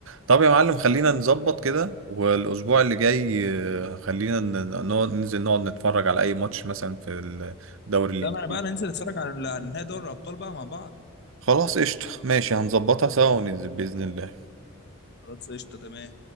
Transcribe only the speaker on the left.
لا
ما انا بقى ننزل نتفرج على على نهائي دوري الابطال بقى مع بعض
خلاص قشطه تمام